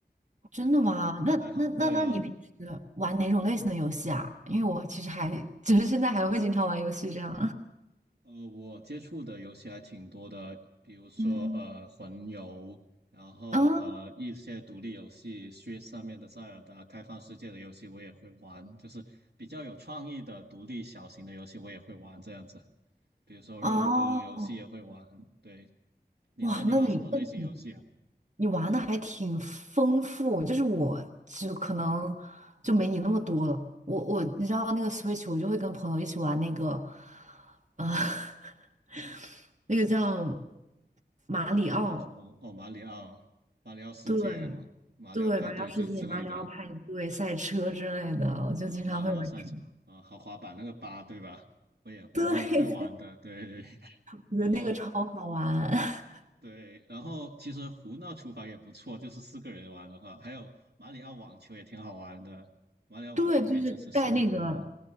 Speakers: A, on the right (about 45°); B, on the right (about 85°).
A: 真的吗？
B: 我们好像爱好对啊，
A: 那那那那你平时玩哪种类型的游戏啊？因为我其实还 <laughs> 就是现在还会经常玩游戏这样。
B: 呃，我接触的游戏还挺多的，比如说呃魂游，
A: 嗯，
B: 然后呃一些独立游戏，Switch
A: 啊
B: 上面的塞尔达开放世界的游戏我也会玩，就是比较有创意的独立小型的游戏我也会玩这样子，比如说肉鸽游戏也会玩。
A: 哦，
B: 对，你呢？
A: 哇，
B: 你玩什么类型游戏啊？
A: 那你那你你玩的还挺丰富，就是我就可能就没你那么多了。我我你知道那个 Switch，我就会跟朋友一起玩那个，呃，<laughs> 那个叫马里奥，
B: 奥厨工哦，马里奥、马里奥世界、
A: 对
B: 马马里奥派对这之类的，
A: 对，马里奥世界、马里奥派对、赛车之类的，我就经常会玩这个。
B: 呃，马里奥赛车，呃，豪华版那个八对吧？我也我们也会玩的，
A: 对，<laughs>
B: 对。<laughs>
A: 我觉得那个超好玩。
B: 然后
A: <laughs>
B: 对，然后其实胡闹厨房也不错，就是四个人玩的话，还有马里奥网球也挺好玩的。马里奥网球可以支持四个人玩，
A: 对，就是带那个，